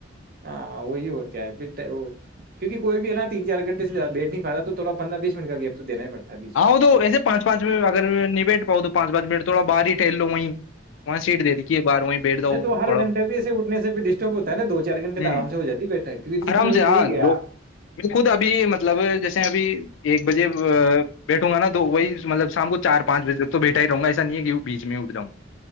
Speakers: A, on the right; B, on the left.
A: ہاں وہی ہو اور کیا ہے پھر کیونکہ کوئی بھی ہے نا تین چار گھنے سے ز دٹ نہیں پاتا تو تھوڑا پندرہ بیس منٹ کا گیپ تو دینا ہی پڑتا ہے بیچ
B: ہاں
A: میں
B: وہ تو ایسے پانچ پانچ میں اگر نبٹ پؤ دو پان منٹ تھوڑا باہر ہی ٹہلو وہیں وہاں سیٹ دے دھی ہے باہار وہیں بیٹھ جاؤ
A: نہیں تو ہر
B: تھوڑا
A: گھنٹے بھی ایسے اٹھنے سے بھی ڈسٹرب ہوتا ہے نا دو چار گھنٹے
B: ہ
A: تو آرام سے ہو جاتی ہے بیٹھک کیونکہ جس
B: آرام
A: دن ابھی
B: سے ہاں
A: میں گیا
B: دو خود ابھی مطلب جیسے ابھی ایک بجے بیٹھوں گا نا تو وہی مطلب شام کو چار پانچ بجے تک تو بیٹھا ہی رہوں گا ایسا نہیں ہے کہ بیچ میں اٹھ جاؤں